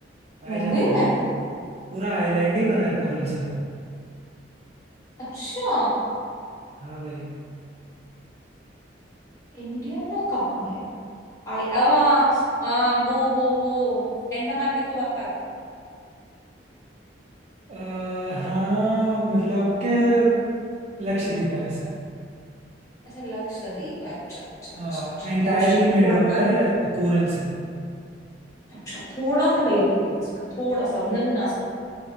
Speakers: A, on the right (about 35°); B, on the left (about 20°).
A: पाए
B: मुंबई
A: जाते हैं
B: में
A: भाई पूरा आइलैंड ही बना है कोरल से
B: अच्छा
A: हाँ भाई
B: इंडिया में कहाँ है आई आ, आ, वो वो वो अंडमान निकोबार
A: अ, हाँ मतलब क्या लक्षद्वीप है वैसे
B: अच्छा लक्षद्वीप अच्छा अच्छा अच्छा
A: हाँ
B: अच्छा
A: एंटायरली
B: ओ शिट
A: मेड
B: थोड़ा
A: अप है
B: सा
A: कोरल से
B: अच्छा थोड़ा सा गलत हो गई बस मैं थोड़ा सा बस नन्ना सा